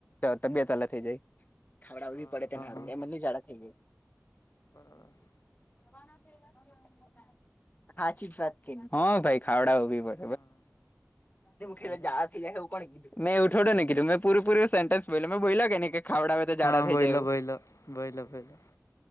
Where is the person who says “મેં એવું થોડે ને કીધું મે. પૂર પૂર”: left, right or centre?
Left